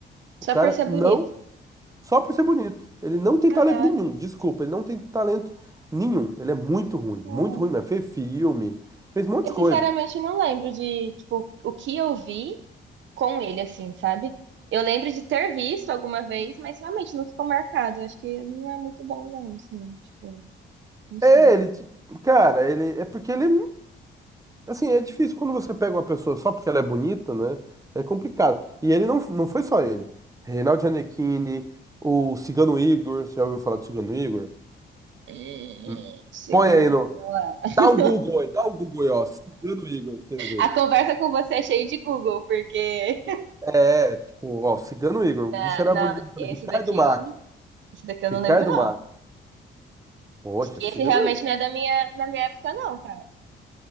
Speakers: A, on the right (about 15°); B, on the right (about 70°).
A: O
B: só
A: cara
B: por ser
A: não,
B: bonito.
A: só por ser bonito. Ele não tem
B: Caraca.
A: talento nenhum, desculpa, ele não tem talento nenhum. Ele é muito ruim, muito
B: Hum.
A: ruim mesmo. Fez filme, fez um monte
B: Eu
A: de coisa.
B: sinceramente não lembro de, tipo, o que eu vi com ele, assim, sabe? Eu lembro de ter visto alguma vez, mas realmente não ficou marcado. Acho que não é muito bom, não, assim, tipo, não
A: É,
B: sei.
A: ele, ti- cara, ele é porque ele, assim, é difícil quando você pega uma pessoa só porque ela é bonita, né? É complicado. E ele não, não foi só ele. Reinaldo Gianecchini, o Cigano Igor, você já ouviu falar do Cigano Igor?
B: Hum,
A: Hum,
B: Chegando
A: Põe aí
B: aí,
A: no.
B: vamos lá. <laughs>
A: Dá um Google aí, dá um Google aí, ó. Cigano Igor, pra você ver.
B: A conversa com você é cheia de Google, porque
A: É, tipo, ó, Cigano Igor,
B: <laughs>
A: o
B: na,
A: bicho era
B: na-
A: bonito,
B: esse
A: né? Ricardo
B: daqui
A: Mack,
B: eu, esse daqui eu
A: Ricardo
B: não lembro, não.
A: Mack. Poxa,
B: Acho que
A: Cigano
B: esse realmente não é da minha, na minha época, não, cara.